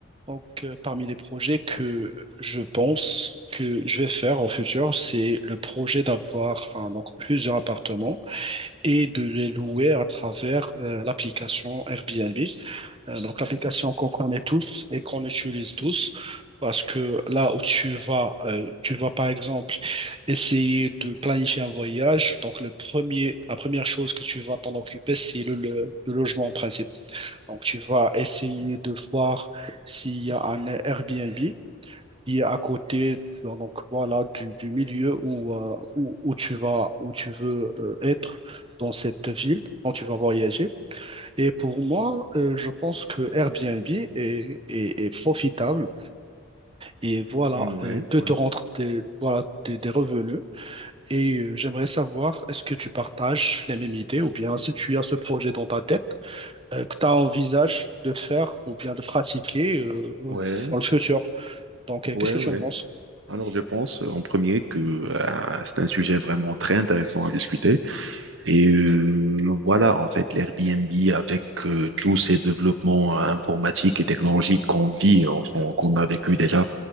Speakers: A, on the right; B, on the right.
A: Donc, euh, parmi les projets que je pense que je vais faire en futur, c'est le projet d'avoir hein, donc plusieurs appartements et de les louer à travers euh, l'application Airbnb. Euh, donc, l'application qu'on connaît tous et qu'on utilise tous. Parce que là où tu vas, euh, tu vas par exemple essayer de planifier un voyage. Donc, le premier, la première chose que tu vas t'en occuper, c'est le le- le logement principal. Donc, tu vas essayer de voir s'il y a un Airbnb qui est à côté, donc voilà, du, du milieu où, euh, où, où tu vas, où tu veux euh, être dans cette ville quand tu vas voyager. Et pour moi, euh, je pense que Airbnb est, est, est profitable et voilà,
B: Mm, Ouais,
A: euh, peut
B: ouais,
A: te rendre des, voilà, des, des revenus. Et euh, j'aimerais savoir, est-ce que tu partages les mêmes idées ou bien si tu as ce projet dans ta tête, euh, que tu envisages de faire ou bien de pratiquer euh,
B: ouais,
A: dans le futur. Donc, euh,
B: ouais,
A: qu'est-ce que
B: ouais.
A: tu en penses?
B: Alors je pense euh, en premier que euh, c'est un sujet vraiment très intéressant à discuter. Et euh, voilà, en fait, l'Airbnb avec euh, tous ces développements euh, informatiques et technologiques qu'on vit, euh, qu'on qu'on a vécu déjà,